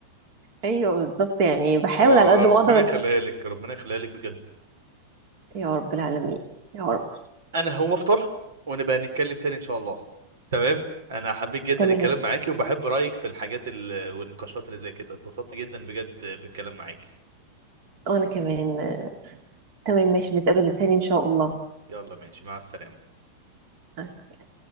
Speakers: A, on the right; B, on the right.
A: ايوه بالظبط يعني بحاول
B: فربنا
A: على قد ما اقدر ان
B: يخليها لك ربنا يخليها لك بجد
A: يا رب العالمين يا رب
B: انا هقوم افطر ونبقى نتكلم تاني ان شاء الله تمام انا حبيت جدا
A: تمام
B: الكلام معاكي وبحب رايك في الحاجات ال... والنقاشات اللي زي كده اتبسطت جدا بجد بالكلام معاكي
A: وانا كمان تمام ماشي نتقابل تاني ان شاء الله
B: يلا ماشي مع السلامة
A: مع السلامة.